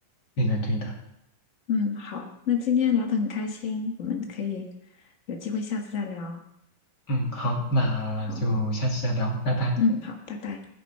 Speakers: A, on the left; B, on the left.
A: 对的，对的。
B: 嗯，好，那今天聊得很开心，我们可以有机会下次再聊。
A: 嗯，好，那就下次再聊，
B: 好，
A: 拜拜。
B: 嗯，好，拜拜。